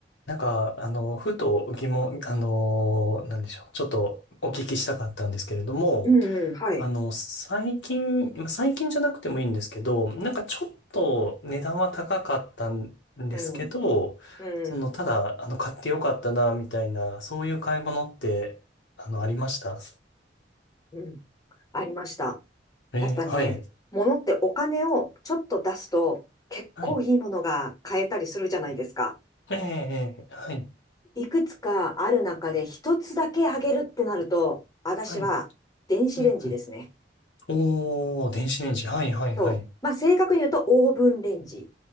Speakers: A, on the left; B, on the left.
A: なんか、あの、ふと疑問、
B: うん、
A: あの、なんでしょう。ちょっとお聞きしたかったんですけれども、
B: うんうんはい。
A: あの、最近、まあ最近じゃなくてもいいんですけど、なんかちょっと値段は高かったんですけど、
B: うん、うん、
A: その、ただ、あの、買ってよかったな、みたいな、そういう買い物って、あの、ありました
B: うん。ありました。
A: えー、
B: やっぱね、
A: はい。
B: 物ってお金をちょっと出すと結構いいものが買えたりするじゃないですか。
A: はい。えーえーはい。
B: いくつかある中で一つだけあげるってなると、私は電子レンジですね。
A: はい。うんうんおー、電子レンジ。はい、はい、
B: そう。
A: はい。
B: まあ正確に言うとオーブンレンジ